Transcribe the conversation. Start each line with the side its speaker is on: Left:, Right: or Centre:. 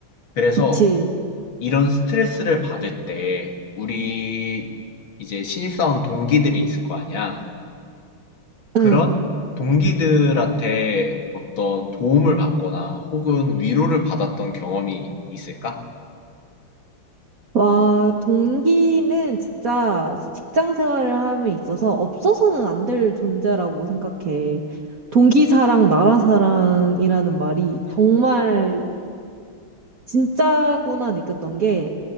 Left: 그래서
Right: 그치.
Left: 이런 스트레스를 받을 때 우리 이제 신입사원 동기들이 있을 거 아니야.
Right: 응.
Left: 그런 동기들한테 어떤 도움을 받거나 혹은 위로를 받았던 경험이 있을까?
Right: 와, 동기는 진짜 직장 생활을 함에 있어서 없어서는 안 될 존재라고 생각해. 동기사랑 나라사랑이라는 말이 정말 진짜구나 느꼈던 게,